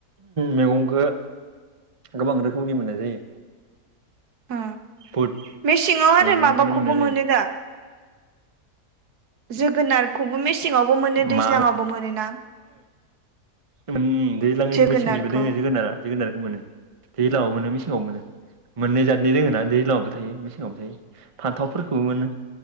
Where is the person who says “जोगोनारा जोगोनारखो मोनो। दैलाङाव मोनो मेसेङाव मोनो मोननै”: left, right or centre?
Right